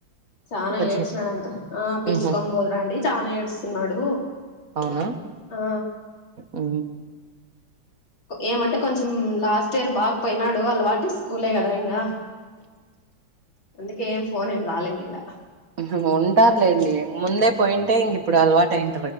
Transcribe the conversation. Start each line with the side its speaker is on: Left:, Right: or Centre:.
Left: చానా
Right: కచ్చి
Left: ఏడ్చినాడంట ఆ పిలుచుకొని
Right: ఉహు
Left: పోదురాండి చానా ఏడుస్తున్నాడు
Right: ఉన్నా
Left: ఆ
Right: ఆ
Left: ఏమంటే కొంచెం లాస్ట్ ఇయర్ బా పోయినాడు ఆళ్ళ వాటి స్కూలే కదా ఇంగా అందుకే ఫోన్ ఏం రాలేదు ఇంగా
Right: ఉహు ఉంటారులేండి ముందే పోయింటే ఇంగ ఇప్పుడు అలవా టైమ్